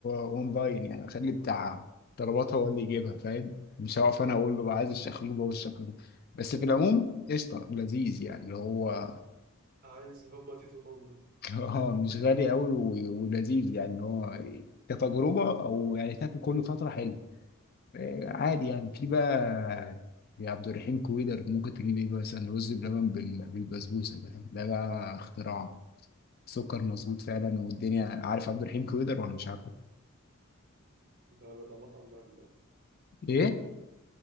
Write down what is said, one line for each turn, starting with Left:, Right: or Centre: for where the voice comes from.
Left: اونلاين يعني اخلي بتاع طلبات هو اللي يجيبها فاهم مش هقف انا اقول له عايز الشخلوبه والشخلوبه بس في العموم قشطه لذيذ يعني اللي هو
Right: عايز هوبا تيتو مامبو
Left: <laughs> اه مش غالي قوي و- ولذيذ يعني ان هو كتجربه او يعني تاكل كل فتره حلو آه، عادي يعني في بقى يا عبد الرحيم كويدر ممكن تجيب ايه مثلا رز بلبن بال- بالبسبوسه ده ده بقى اختراع سكر مظبوط فعلا والدنيا عارف عبد الرحيم كويدر ولا مش عارفه
Right: ده ده ده مطعم ده ولا ايه؟
Left: ايه